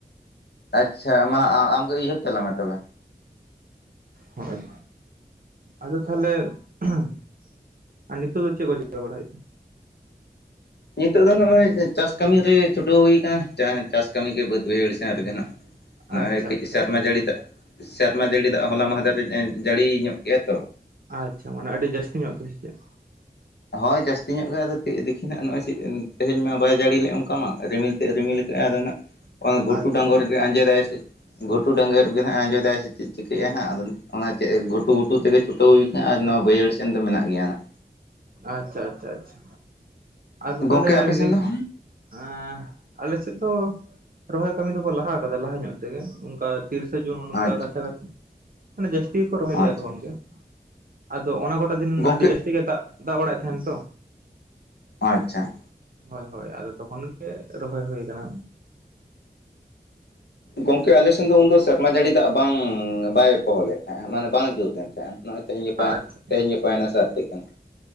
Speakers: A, on the left; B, on the right.
A: ᱟᱪᱪᱷᱟ ᱢᱟ ᱟᱢᱜᱮ ᱩᱭᱦᱟᱹᱨ ᱛᱟᱞᱟᱝ ᱢᱮ ᱛᱚᱵᱮ᱾
B: ᱦᱳᱭ ᱟᱫᱚ ᱛᱟᱦᱚᱞᱮ, <inaudible> ᱟᱨ ᱱᱤᱛᱚᱜ ᱫᱚ ᱪᱮᱫ ᱠᱚ ᱪᱮᱠᱟ ᱵᱟᱲᱟᱭ ᱦᱩᱭᱩᱼᱟ?
A: ᱱᱤᱛᱚᱜ ᱫᱚ ᱱᱚᱜᱼᱚᱭ ᱪᱟᱥ ᱠᱟᱹᱢᱤ ᱨᱮ ᱪᱷᱩᱴᱟᱹᱣ ᱦᱩᱭᱠᱟᱱᱟ, ᱪᱟᱥ ᱠᱟᱹᱢᱤ ᱜᱮ ᱵᱟᱹᱫᱽ ᱵᱟᱹᱭᱦᱟᱹᱲ ᱥᱮᱱ ᱨᱮᱜᱮ ᱱᱟᱜ᱾
B: <inaudible>
A: ᱱᱚᱜᱼᱚᱭ ᱠᱟᱹᱡ
B: ᱟᱪᱪᱷᱟ
A: ᱥᱮᱨᱢᱟ
B: ᱟᱪᱪᱷᱟ
A: ᱡᱟᱹᱲᱤ ᱫᱟᱜ, ᱥᱮᱨᱢᱟ ᱡᱟᱹᱲᱤ ᱫᱟᱜ ᱦᱚᱞᱟ ᱢᱟᱦᱫᱮᱨᱮ ᱡᱟᱹᱲᱤ ᱧᱚᱜ ᱠᱮᱜ-ᱟ ᱛᱚ᱾
B: ᱟᱪᱪᱷᱟ, ᱢᱟᱱᱮ ᱟᱹᱰᱤ ᱡᱟᱹᱥᱛᱤ ᱧᱚᱜ ᱜᱮ ᱥᱮ ᱪᱮᱫ?
A: ᱦᱳᱭ ᱡᱟᱹᱥᱛᱤ ᱧᱚᱜ ᱜᱮ ᱟᱫᱚ ᱫᱤᱠᱷᱤ ᱱᱟᱜ ᱱᱚᱜᱼᱚᱭ᱾ <inaudible> ᱛᱮᱦᱮᱧ ᱢᱟ ᱵᱟᱭ ᱡᱟᱹᱲᱤ ᱞᱮᱫ ᱚᱱᱠᱟ ᱢᱟ ᱨᱤᱢᱤᱞ ᱛᱮ ᱨᱤᱢᱤᱞ ᱠᱟᱜᱼᱟ ᱟᱫᱚ ᱱᱟᱜ᱾ ᱚᱱᱟ ᱜᱷᱩᱴᱩ
B: ᱟᱪᱪᱷᱟ
A: ᱰᱟᱸᱜᱚᱨ ᱨᱮᱜᱮ ᱟᱸᱡᱮᱫᱟᱭ ᱥᱮ ᱜᱷᱩᱴᱩ ᱰᱟᱸᱜᱚᱨᱜᱮ ᱱᱟᱦᱟᱜ ᱟᱸᱡᱮᱫᱟᱭ ᱥᱮ ᱪᱮᱫ ᱪᱤᱠᱟᱹᱭᱮᱫᱼᱟ᱾ ᱱᱟᱦᱟᱜ ᱟᱫᱚ ᱚᱱᱟ ᱪᱮᱫ ᱮ ᱜᱷᱩᱴᱩ ᱜᱷᱩᱴᱩ ᱛᱮᱜᱮ ᱪᱷᱴᱟᱹᱣ ᱦᱩᱭ ᱟᱠᱟᱱᱟ ᱟᱨ ᱱᱚᱣᱟ ᱵᱟᱹᱭᱦᱟᱹᱲ ᱥᱮᱱ ᱫᱚ ᱢᱮᱱᱟᱜ ᱜᱮᱭᱟ ᱱᱟᱦᱟᱜ᱾
B: ᱟᱪᱪᱷᱟ ᱟᱪᱷᱟ ᱟᱪᱷᱟ, ᱟᱫᱚ ᱛᱟᱦᱞᱮ
A: ᱜᱚᱝᱠᱮ ᱟᱯᱮ
B: ᱱᱤᱛ
A: ᱥᱮᱱ ᱫᱚ
B: ᱮᱸ ᱟᱞᱮᱥᱮᱫ ᱫᱚ ᱨᱚᱦᱚᱭ ᱠᱟᱹᱢᱤ ᱫᱚᱠᱚ ᱞᱟᱦᱟ ᱟᱠᱟᱫᱟ ᱞᱟᱦᱟ ᱧᱚᱜ ᱛᱮᱜᱮ ᱚᱱᱠᱟ ᱛᱤᱨᱤᱥᱟ ᱡᱩᱱ
A: ᱟᱪᱪᱷᱟ
B: ᱚᱱᱠᱟ ᱠᱟᱪᱷᱟ ᱠᱟᱪᱷᱤ ᱢᱟᱱᱮ ᱡᱟᱹᱥᱛᱤ ᱜᱮ ᱠᱚ ᱨᱚᱦᱚᱭ ᱞᱮᱫᱼᱟ
A: ᱟᱪᱪᱷᱟ
B: ᱛᱚᱠᱷᱚᱱ ᱜᱮ᱾ ᱟᱫᱚ ᱚᱱᱟ ᱠᱚᱴᱟ ᱫᱤᱱ
A: ᱜᱚᱝᱠᱮ
B: ᱟᱹᱰᱤ ᱡᱟᱹᱥᱛᱤ ᱜᱮ ᱫᱟᱜ ᱵᱟᱲᱟᱭᱮᱫ ᱛᱟᱦᱮᱱ ᱛᱚ᱾
A: ᱟᱪᱪᱷᱟ᱾
B: ᱦᱳᱭ ᱦᱳᱭ, ᱟᱫᱚ ᱛᱚᱠᱷᱚᱱ ᱜᱮ ᱨᱚᱦᱚᱭ ᱦᱩᱭ ᱟᱠᱟᱱᱟ᱾
A: ᱜᱚᱝᱠᱮ ᱟᱞᱮᱥᱮᱱ ᱫᱚ ᱩᱱᱫᱚ ᱥᱮᱨᱢᱟ ᱡᱟᱹᱲᱤ ᱫᱟᱜ ᱵᱟᱝ ᱵᱟᱭ ᱯᱚᱦᱚᱞ ᱞᱮᱫ ᱛᱟᱦᱮᱸᱫ ᱢᱟᱱᱮ᱾ ᱵᱟᱝ ᱡᱳᱨ ᱞᱮᱱ ᱛᱟᱦᱮᱸᱜ-ᱟ, ᱱᱚᱜᱼᱚᱭ ᱛᱮᱦᱮᱧ ᱜᱟᱯᱟ
B: ᱟᱪᱪᱷᱟ
A: ᱛᱮᱦᱮᱧ ᱜᱟᱯᱟ ᱱᱟ ᱥᱟᱨᱫᱤ ᱠᱟᱱᱟ᱾